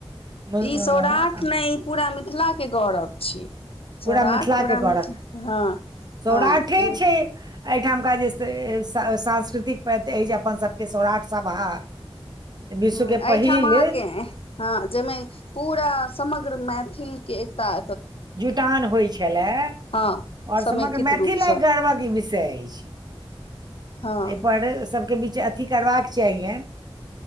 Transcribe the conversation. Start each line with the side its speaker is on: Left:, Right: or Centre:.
Right: म-
Left: ई
Right: अ-
Left: सौराठ नहि ई पूरा मिथिला के गौरव छी सौराठ
Right: पूरा मिथिलाके
Left: पूरा मिथिला
Right: करऽ
Left: हँ
Right: सौराठे
Left: हँ ए
Right: छै एहिठामका जे सांस्कृतिक प्रति अछि अपन सबके सौराख सभा विश्व
Left: ह
Right: के
Left: एहिठाम
Right: पहिल
Left: अहाँके हँ जाहिमे पूरा समग्र मैथिल के एकटा
Right: जुटान होइ छलए
Left: हँ
Right: आओर
Left: समेकित
Right: समग्र मैथिल
Left: रूपसँ
Right: एक गर्वक ई विषय अछि
Left: हँ
Right: एहिपर सभके बीच अथी करबाक चाहियन